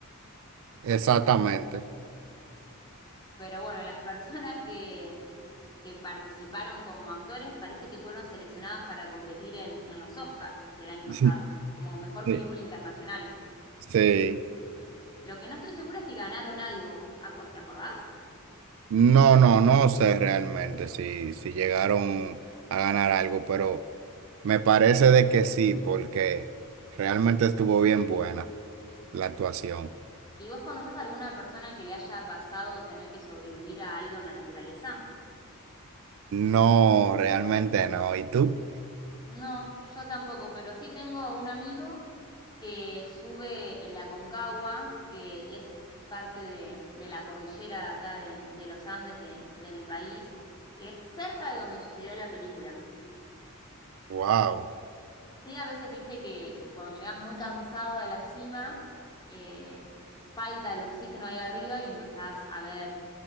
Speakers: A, on the right; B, on the left.
A: Exactamente.
B: Pero bueno, las <laughs> personas que, que participaron como actores parece que fueron seleccionadas para competir en, en los Oscars del año
A: <laughs>
B: pasado, como mejor
A: Sí.
B: película internacional.
A: Sí.
B: Lo que no estoy segura es si ganaron algo. ¿Vos acor- te acordás?
A: No, no, no sé realmente si, si llegaron a ganar algo, pero me parece de que sí, porque realmente estuvo bien buena la actuación.
B: ¿Y vos conocés alguna persona que le haya pasado de tener que sobrevivir a algo en la naturaleza?
A: No, realmente no. ¿Y tú?
B: No, yo tampoco, pero sí tengo un amigo que sube el Aconcagua, que es parte de, de la cordillera acá de, de los Andes de, de mi país, que es cerca de donde sucedió la película.
A: Wow,
B: Sí, a veces dice que, que cuando llegás muy cansado a la cima, eh, falta el oxígeno ahí arriba y empezás a ver